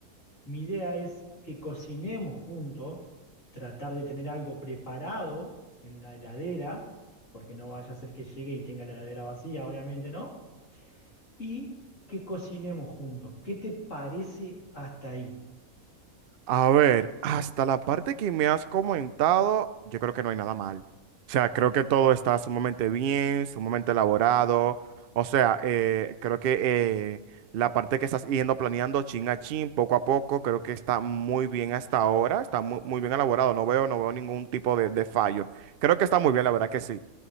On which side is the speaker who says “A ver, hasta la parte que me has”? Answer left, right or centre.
Right